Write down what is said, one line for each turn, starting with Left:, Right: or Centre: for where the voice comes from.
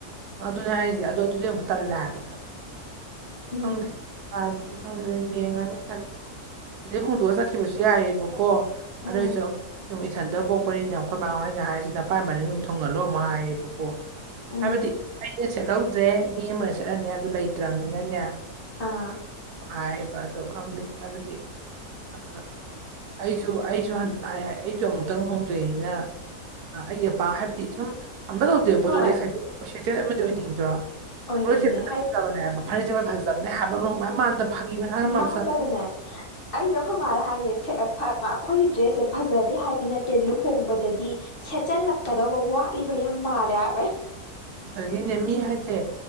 Right: ꯑꯗꯨꯅꯦ ꯍꯥꯏꯔꯤꯁꯦ ꯑꯗꯣ ꯑꯗꯨꯗꯤ ꯑꯃꯨꯛ ꯇꯟꯂꯦ ꯍꯥꯏꯕ
Left: ꯎꯝ
Right: ꯈꯪꯗꯦ ꯍꯥꯏꯕꯗꯤ ꯈꯪꯗꯦꯗ ꯌꯦꯡꯉꯅꯤ ꯍꯥꯏꯕꯗꯤ ꯁꯤꯗꯩ ꯍꯣꯡꯗꯣꯛꯑ ꯆꯠꯈꯤꯕꯁꯨ ꯌꯥꯏꯑꯕꯀꯣ ꯑꯗꯨꯏꯖꯨ
Left: ꯎꯝ
Right: ꯁꯨꯝ ꯏꯊꯟꯇ <unintelligible> ꯑꯩꯈꯣꯏ ꯃꯥꯥꯍꯣꯏꯅ ꯍꯥꯏꯔꯤꯁꯤꯅ ꯄꯥꯏ ꯃꯔꯤ ꯑꯗꯨꯝ ꯊꯨꯡꯍꯜꯂꯣ ꯑꯃꯨꯛ ꯍꯥꯏꯌꯦꯕꯀꯣ
Left: ꯎꯝ
Right: ꯍꯥꯏꯕꯗꯤ ꯑꯩꯅ ꯁꯦꯠꯍꯧꯗ꯭ꯔꯦ ꯃꯤ ꯑꯃꯅ ꯁꯦꯠꯍꯟꯅꯤ ꯍꯥꯢꯕꯗꯨ ꯂꯩꯇ꯭ꯔꯃꯤꯅꯅꯦ
Left: ꯑꯥ
Right: ꯍꯥꯏꯌꯦꯕ ꯑꯗꯣ ꯈꯪꯗꯦ ꯍꯥꯏꯕꯗꯤ ꯑ ꯑꯩꯁꯨ ꯑꯩꯁꯨ ꯑꯩꯁꯨ <unintelligible> ꯑꯃꯨꯛꯇꯪ ꯍꯣꯡꯗꯣꯏꯅꯤꯅ ꯑꯩꯒꯤ ꯑꯄꯥ ꯍꯥꯏꯕꯗꯤ ꯁꯨꯝ ꯑꯝꯧ ꯑꯗꯨꯄꯣ ꯑꯗꯨꯗꯤ
Left: ꯍꯣꯏ
Right: ꯁꯥꯏꯇꯦꯜ ꯁꯥꯏꯇꯦꯜ ꯑꯃꯗꯤ ꯑꯣꯏꯅꯤꯡꯗ꯭ꯔꯣ
Left: ꯑꯣꯏꯅꯤꯡꯉꯦ
Right: ꯍꯣꯔꯣꯏꯁꯦ ꯐꯖꯟꯅ
Left: ꯍꯥꯏ
Right: ꯐꯖꯕꯅꯦꯕ ꯐꯔꯤꯁꯦ ꯃ ꯐꯖ ꯆꯝꯗ ꯍꯥꯏꯞ ꯂꯣꯡ ꯃꯥꯟꯗ ꯐꯥꯒꯤ ꯃꯔꯥꯡ ꯃꯝꯁꯟ
Left: ꯃꯥꯟꯗꯕꯅꯦ ꯑꯩꯖꯨ ꯑꯩꯈꯣꯏ ꯃꯥꯗ ꯍꯥꯏꯅꯦ <unintelligible> ꯑꯩꯈꯣꯏꯒꯤ ꯗ꯭ꯔꯦꯁꯁꯦ ꯐꯖꯗꯦ ꯍꯥꯏꯕ ꯅꯠꯇꯦ ꯂꯨꯍꯣꯡꯕꯗꯗꯤ ꯁꯦꯠꯆꯜꯂꯛꯀꯗꯧꯕ ꯋꯥꯠꯂꯤꯕ ꯌꯥꯝ ꯃꯥꯜꯂꯦ ꯍꯥꯏꯋꯦ
Right: ꯑꯗꯒꯤꯅꯦ ꯃꯤ ꯍꯥꯏꯁꯦ